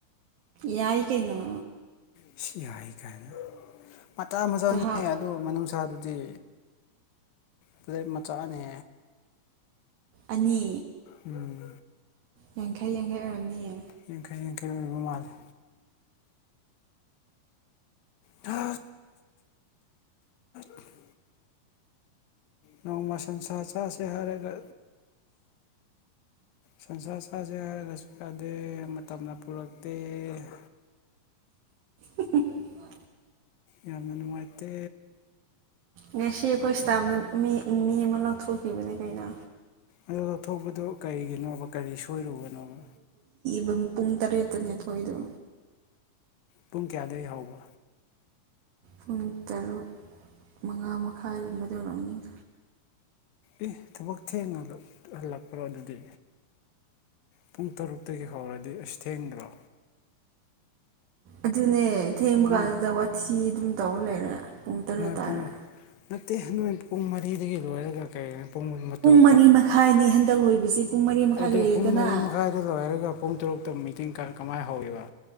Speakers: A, on the right; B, on the left.
A: ꯌꯥꯏ ꯀꯩꯅꯣ
B: ꯁꯤ ꯌꯥꯏ ꯀꯥꯏꯅ ꯃꯇꯇꯥ ꯃꯆꯥꯅꯤ
A: ꯆꯥꯛꯍꯥꯎ
B: ꯑꯗꯨ ꯅꯨꯡꯁꯥꯗꯨꯗꯤ ꯀ ꯃꯆꯥꯅꯦ
A: ꯑꯅꯤ
B: ꯎꯝ
A: ꯌꯥꯡꯈꯩ ꯌꯥꯡꯈꯩ ꯑꯣꯏꯔꯝꯅꯤꯌꯦ
B: ꯌꯥꯡꯈꯩ ꯌꯥꯡꯈꯩ ꯑꯣꯏꯕ ꯃꯥꯜꯂꯦ ꯥ <unintelligible> <inaudible> ꯅꯣꯡꯃ ꯁꯟꯁꯥ ꯆꯥꯁꯦ ꯍꯥꯏꯔꯒ ꯁꯟꯁꯥ ꯆꯥꯁꯦ ꯍꯥꯏꯔꯒꯁꯨ ꯌꯥꯗꯦ ꯃꯇꯝꯅ ꯄꯨꯔꯛꯇꯦ <unintelligible> <inaudible>
A: ꯎ <unintelligible> <inaudible>
B: ꯌꯥꯝꯅ ꯅꯨꯡꯉꯥꯏꯇ
A: ꯉꯁꯤ ꯑꯩꯈꯣꯏ ꯏꯁꯇꯥꯞꯅ ꯃꯤ ꯑꯃ ꯂꯧꯊꯣꯛꯈꯤꯕꯅꯦ ꯀꯩꯅꯣ
B: ꯑ ꯂꯧꯊꯣꯛꯄꯗꯨ ꯀꯔꯤꯒꯤꯅꯣꯕ ꯀꯔꯤ ꯁꯣꯏꯔꯨꯕꯅꯣꯕ
A: ꯕꯝ ꯄꯨꯡ ꯇꯔꯦꯠꯇꯅꯤꯊꯣꯏꯗꯣ
B: ꯄꯨꯡ ꯀꯌꯥꯗꯒꯤ ꯍꯕ
A: ꯄꯨꯡ ꯇꯔꯨꯛ ꯃꯉꯥ ꯃꯈꯥꯏꯒꯨꯝꯕꯗꯧꯔꯛꯑꯅꯤꯅ
B: ꯑꯦ ꯊꯕꯛ ꯊꯦꯡꯅ ꯍꯜꯂꯛꯄ꯭ꯔꯣ ꯑꯗꯨꯗꯤ ꯄꯨꯡ ꯇꯔꯨꯛꯇꯒꯤ ꯍꯧꯔꯗꯤ ꯑꯁ ꯊꯦꯡꯕ꯭ꯔꯣ
A: ꯑꯗꯨꯅꯦ ꯊꯦꯡꯕ
B: ꯄꯨꯡ
A: ꯀꯥꯟꯗꯨꯗ ꯋꯥꯊꯤ ꯑꯗꯨꯝ ꯇꯧꯔ ꯂꯩꯔꯦ ꯄꯨꯡ ꯇꯔꯦꯠ
B: ꯅ
A: ꯇꯥꯔꯦ
B: ꯄꯨꯡ ꯅꯠꯇꯦ ꯅ ꯄꯨꯡ ꯃꯔꯤꯗꯒꯤ ꯂꯣꯏꯔꯒ ꯀꯩ ꯄꯨꯡ ꯃꯇꯝ
A: ꯃꯔꯤ ꯃꯈꯥꯏꯅꯤ ꯍꯟꯗꯛ ꯂꯣꯏꯕꯁꯤ ꯄꯨꯡ ꯃꯔꯤ ꯃꯈꯥꯏ
B: ꯑꯗꯨꯣ
A: ꯂꯣꯏꯔꯦꯗꯅ
B: ꯄꯨꯡ ꯃꯔꯤ ꯃꯈꯥꯏꯗ ꯂꯣꯏꯔꯒ ꯄꯨꯡ ꯇꯔꯨꯛ ꯇꯣ ꯃꯤꯇꯤꯡ ꯀ ꯀꯃꯥꯏ ꯍꯧꯕ